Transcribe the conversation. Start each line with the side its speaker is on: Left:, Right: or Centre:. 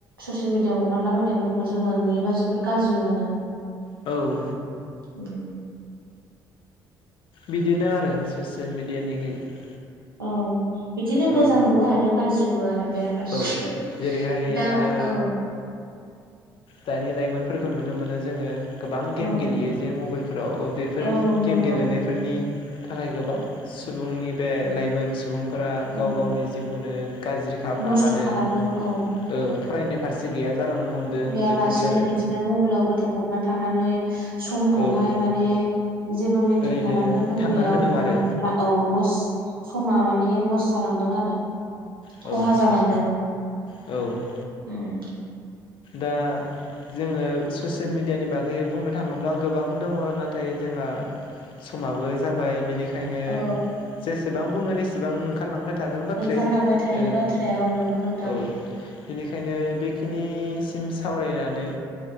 Right: ससियेल मिडिया आव हगारलाबायनायफोरखौ जोङो नुयोबा जोबोद गाज्रि मोनो
Left: औ
Right: उ
Left: बिदिनो आरो ससियेल मेडियानि गेजेरजों
Right: औ बिदिनो
Left: औ
Right: मोजांबो आरो गाज्रिबो आरो बेराफारसे
Left: औ जेरैहाय
Right: दा
Left: आरो
Right: औ
Left: दानि लाइमोनफोरखौ नुनो मोनो जोङो गोबां गेम
Right: औ
Left: गेलेयो जे मबाइलफोराव बेफोर
Right: औ
Left: गेम
Right: नंगौ
Left: गेलेनायफोरनि थाखाय गोबां सुबुंनि बे लाइमोन सुबुं फोर गाव
Right: औ
Left: गावनि जिउखौनो गाज्रि खालामना
Right: नस्थ'
Left: लादों
Right: खालामदों औ
Left: फरायनाय फारसे गैया जालांनो हमदों
Right: लासेसिनो
Left: बेफोरदि आरो
Right: बिदिनो मबाइलाव गोदोबफबनानै थानानै समखौहाय
Left: औ
Right: माने जेबो मेेनटेन
Left: ओरैनो
Right: खालामनो रोङैयाव
Left: थांगार होदों
Right: औ
Left: आरो
Right: औ लस समा माने लस जालांदों आरो
Left: औ
Right: खहा जालांदों
Left: औ
Right: उम
Left: दा जोङो ससियेल मिेडियानि बागै बुंनो थाङोब्ला गोबां दङ नाथाय जोंहा समाबो जाबाय बिनिखायनो
Right: औ
Left: जेसेबां बुङो एसेबां ओंखारलांबाय थायो थागोन बाथ्राया
Right: ओंखारलांबाय थायो
Left: ओं
Right: बाथ्राया औ नंगौ नोंथां
Left: औ बेनिखायनो बेखिनि सिम सावरायनानै